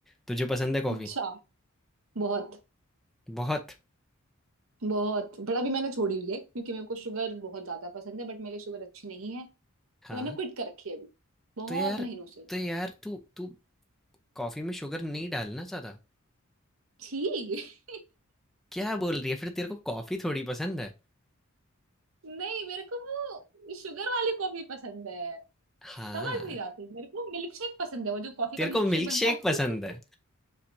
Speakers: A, in the centre; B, on the right.
A: तुझे पसंद है कॉफ़ी?
B: अच्छा बहुत
A: बहुत।
B: बहुत बड़ा भी मैंने छोड़ी हुई है क्योंकि मेरे को शुगर बहुत ज्यादा पसंद है बट मेरे शुगर अच्छी नहीं है तो
A: हाँ,
B: मैंने क्विट कर रखी है अभी बहुत
A: तो यार
B: महीनों से
A: तो यार तू तू कॉफ़ी में शुगर नहीं डालना ज़्यादा।
B: छी
A: क्या बोल रही है? फिर तेरे को कॉफ़ी थोड़ी पसंद है।
B: <laughs> नहीं मेरे को वो शुगर वाली कॉफी पसंद है
A: हाँ।
B: समझ नहीं आती मेरे को मिल्क शेक पसंद है वो जो कॉफी का
A: तेरे को
B: मिल्क
A: मिल्क
B: शेक बनता
A: शेक
B: है
A: पसंद
B: <laughs>
A: है